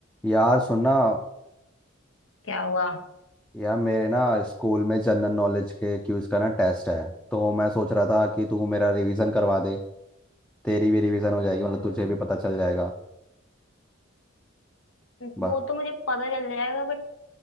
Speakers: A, in the centre; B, on the left.
A: यार सुनना
B: क्या हुआ
A: यार मेरे ना स्कूल में जनरल नॉलेज के क्यूज का ना टेस्ट है तो मैं सोच रहा था कि तू मेरा रिवीजन करवा दे तेरी भी रिवीजन हो जाएगी
B: हम्म
A: मतलब तुझे भी पता चल जाएगा बस
B: वो तो मुझे पता चल जाएगा बट